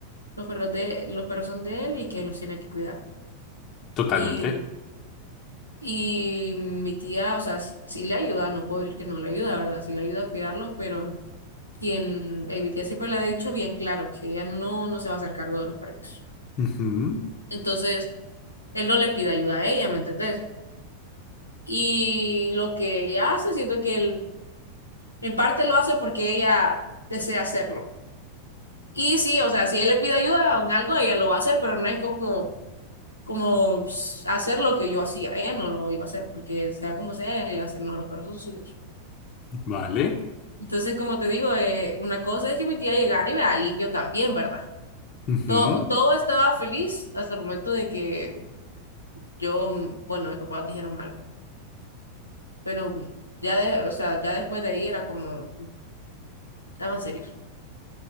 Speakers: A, on the left (about 80°); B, on the left (about 30°).
A: Los perros de, los perros son de él y que los tiene que cuidar.
B: totalmente.
A: y Y mi tía, o sea, sí le ayuda, no puedo decir que no le ayuda, ¿verdad? Sí le ayuda a cuidarlos, pero quien, eh, mi tía siempre le ha dicho bien claro que ella no, no se va a hacer cargo de los perritos.
B: Ujú,
A: Entonces, él no le pide ayuda a ella, ¿me entendés? Y lo que ella hace, siento que él, en parte lo hace porque ella desea hacerlo. Y sí, o sea, si él le pide ayuda en algo, ella lo va a hacer, pero no es como, como pss, hacer lo que yo hacía. Ella no lo iba a hacer, porque sea como sea, ella iba a hacer, no, los perros son suyos.
B: vale.
A: Entonces, como te digo, eh, una cosa es que mi tía llegara y me la limpio también, ¿verdad?
B: Ujú.
A: Todo, todo estaba feliz hasta el momento de que yo, mm, bueno, mis papás dijeron algo, pero mm, ya de, o sea, ya después de ahí era como, estaban serios.